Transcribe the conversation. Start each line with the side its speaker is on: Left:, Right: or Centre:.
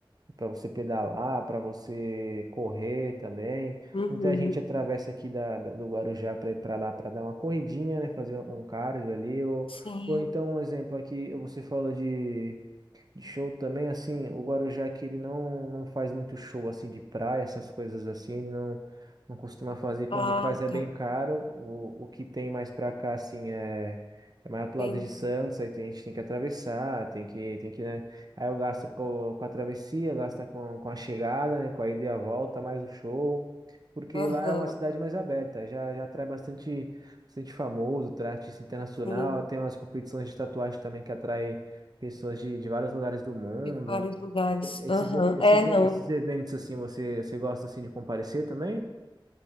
Right: para você pedalar, para você correr também.
Left: Uhum.
Right: Muita gente atravessa aqui da, da- do Guarujá para ir para lá para dar uma corridinha, né, fazer um cardio ali ou
Left: Sim.
Right: ou então um exemplo aqui, você falou de de show também, assim, o Guarujá que ele não, não faz muito show, assim, de praia, essas coisas assim, ele não, não costuma fazer. Quando
Left: Ah,
Right: faz é bem
Left: tá.
Right: caro. O, o que tem mais pra cá, assim, é, é mais pro
Left: Entendi.
Right: lado de Santos, aí tem- a gente tem que atravessar, tem que, tem que, né? Aí eu gasto com, com a travessia, gasta com, com a chegada, né? Com a ida e a volta, mais o show. Porque
Left: Aham.
Right: lá é uma cidade mais aberta, já, já atrai bastante, bastante famoso, traz artista internacional,
Left: Sim.
Right: tem umas competições de tatuagem também que atrai pessoas de, de vários lugares do mundo.
Left: De vários lugares.
Right: Esses,
Left: Aham.
Right: esses,
Left: É, não.
Right: esses eventos assim, você, você gosta assim de comparecer também?